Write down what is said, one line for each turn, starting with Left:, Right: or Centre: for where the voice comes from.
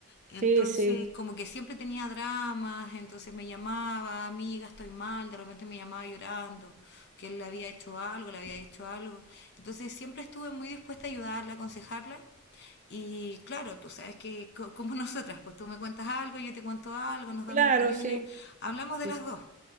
Left: Entonces,
Right: Sí, sí,
Left: como que siempre tenía dramas, entonces me llamaba, amiga, estoy mal, de repente me llamaba llorando, que él le había hecho algo, le había hecho algo. Entonces, siempre estuve muy dispuesta a ayudarla, aconsejarla. Y claro, tú sabes que co- como <laughs> nosotras, pues tú me cuentas algo, yo te cuento algo, nos damos
Right: claro,
Left: opiniones,
Right: sí.
Left: hablamos de
Right: Sí.
Left: las dos.